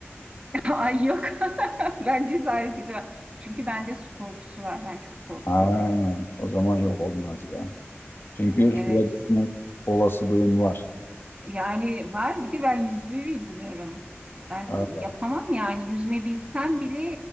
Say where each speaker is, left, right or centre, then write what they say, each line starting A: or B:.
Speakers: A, on the right; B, on the left.
A: Ay yok. <laughs> Ben cesaret edemem. Çünkü bende su korkusu var. Ben çok korkuyorum.
B: Ha, o zaman yok olmaz ya. Çünkü
A: E, Evet.
B: suya düşme olasılığın var.
A: Yani var bir de ben yüzme bilmiyorum. Ben
B: Ha,
A: yapamam yani yüzme bilsem bile